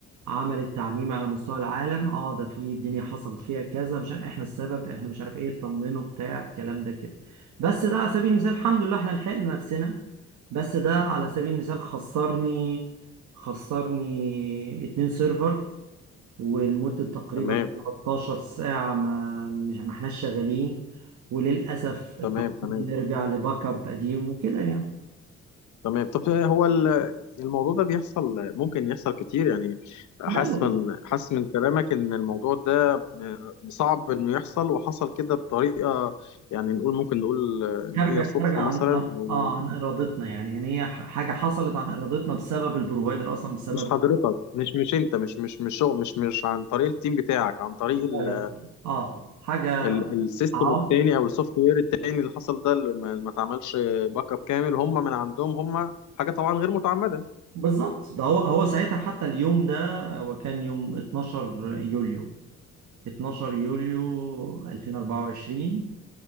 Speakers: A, on the right; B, on the left.
A: عملت تعميم على مستوى العالم اه ده في الدنيا حصلت فيها كذا مش ع- احنا السبب احنا مش عارف ايه اطمنوا بتاع الكلام ده كده بس ده على سبيل المثال الحمد لله احنا لحقنا نفسنا بس ده على سبيل المثال خسرني خسرني اتنين سيرفر ولمدة تقريبا
B: تمام
A: 13 ساعة ما مش ما احناش شغالين وللأسف اضطرينا
B: تمام تمام
A: نرجع لباك اب قديم وكده يعني
B: تمام طب هو ال- الموضوع ده بيحصل ممكن يحصل كتير يعني حاسس
A: لا لا
B: من
A: لا
B: حاسس من كلامك ان الموضوع ده م- صعب انه يحصل وحصل كده بطريقه يعني نقول ممكن نقول ان
A: خارجة
B: هي صدفه
A: خارجة عن
B: مثلا
A: عن
B: او
A: اه عن إرادتنا يعني يعني هي ح- حاجة حصلت عن إرادتنا بسبب البروفايدر أصلا بسبب
B: مش حضرتك مش مش انت مش مش مش شغل- مش مش عن طريق التيم بتاعك عن طريق
A: لا
B: ال
A: لا لا اه حاجة
B: ال- السيستم
A: عو-
B: التاني او السوفت وير التاني اللي حصل ده اللي ما ما اتعملش باك اب كامل هم من عندهم هم حاجه طبعا غير متعمده
A: بالظبط ده هو هو ساعتها حتى اليوم ده هو كان يوم 12 يوليو 12 يوليو 2024